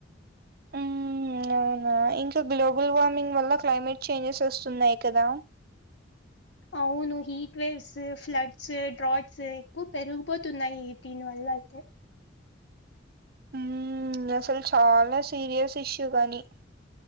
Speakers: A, on the right; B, on the left.
A: ఉమ్మ్ అవునా ఇంట్లో గ్లోబుల్ వార్మింగ్ వల్ల క్లైమేట్ చేంజెస్ వస్తున్నాయి కదా
B: అవును హీట్ వేవ్స్ ఫ్లడ్స్ డ్రాట్స్ ఎక్కువ పెరిగిపోతున్నాయి దీని వల్ల అయితే
A: ఊమ్ అసలు చాలా సీరియస్ ఇష్యూ గానీ